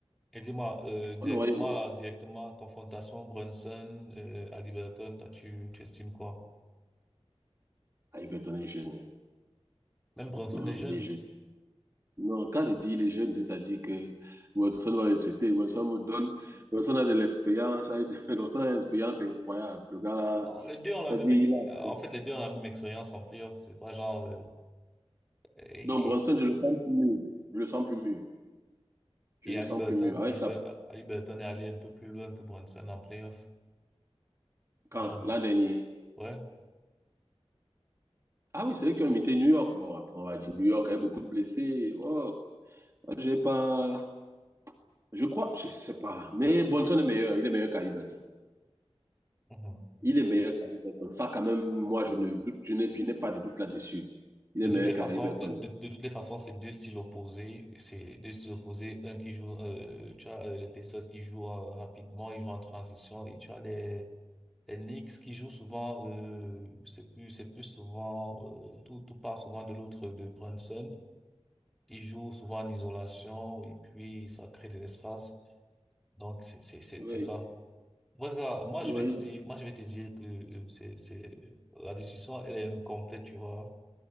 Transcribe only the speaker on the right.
on aura...
Ah, Everton est jeune. hein.
Hum,
il est jeune. Non, quand je dis il est jeune, c'est-à-dire que Watson va le traiter. Watson me donne... Watson a de l'expérience. <laughs> hein. Watson a une expérience incroyable. Le gars...
C'est-à-dire,
il a-
Non, Bronson,
je le sens plus mûr. Je le sens plus mûr. Je
le
sens
plus mûr. Avec
sa...
Quand? L'an
dernier.
Ah oui, c'est eux qui ont imité New York. Bon, après, on va dire New York avait beaucoup de blessés. Oh, j'ai pas... Je crois, je sais pas. Mais Bronson est meilleur. Il est meilleur qu'Haliburton.
Il est meilleur qu'Haliburton. Ça, quand même, moi, je ne doute, je n'ai je n'ai pas de doute là-dessus. Il
est meilleur
qu'Haliburton.
Oui,
tu
as
raison.